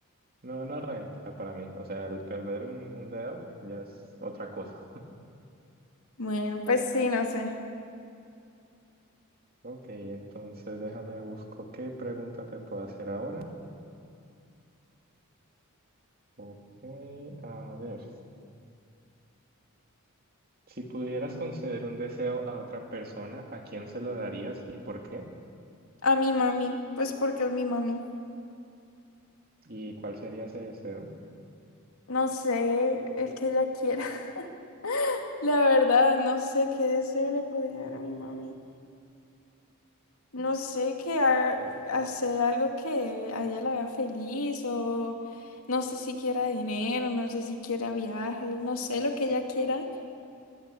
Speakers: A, on the right (about 45°); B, on the left (about 85°).
A: no, no renta para mí. O sea, el perder un, un dedo ya es otra cosa.
B: Bueno, pues sí, no sé.
A: Ok, entonces déjame busco qué pregunta te puedo hacer ahora. Ok, a ver. Si pudieras conceder un deseo a otra persona, ¿a quién se lo darías y por qué?
B: A mi mami, pues porque es mi mami.
A: ¿Y cuál sería ese deseo?
B: No sé, el que ella quiera. <laughs> La verdad, no sé qué deseo le podría dar a mi mami. No sé, que ha- hacer algo que a ella la haga feliz o no sé si quiera dinero, no sé si quiera viajes, no sé lo que ella quiera.